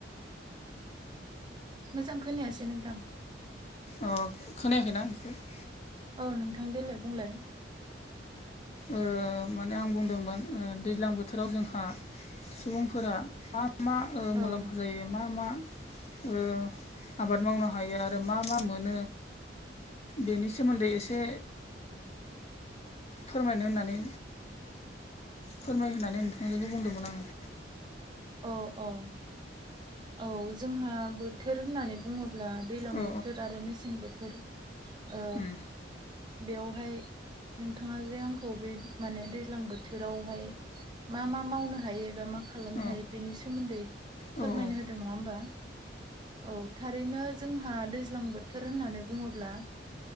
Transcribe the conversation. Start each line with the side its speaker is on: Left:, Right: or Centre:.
Right: मोजां खोनायासै नोंथां।
Left: अ खोनायाखैना <unintelligible>
Right: औ नोंथां देलाय बुंलाय।
Left: ओ माने आं बुंदोंमोन दैज्लां बोथोराव जोंहा सुबुंफोरा मा मा मुलाम्फा
Right: औ
Left: जायो मा मा ओ आबाद मावनो हायो आरो मा मा मोनो बेनि सोमोन्दै एसे फोरमायनो होननानै फोरमाय होननानै नोंथांजोखौ बुंदोंमोन आङो।
Right: अ औ औ जोंहा बोथोर होननानै बुङोब्ला दैज्लां
Left: औ
Right: बोथोर आरो मेसें बोथोर ओ
Left: उम
Right: बेवहाय नोंथाङा जे आंखौ बे माने दैज्लां बोथोरावहाय मा मा मावनो हायो एबा मा खालामनो
Left: औ
Right: हायो बेनि सोमोन्दै
Left: औ
Right: फोरमायनो
Left: औ
Right: होदों नङा होमबा? औ थारैनो जोंहा दैज्लां बोथोर होननानै बुङोब्ला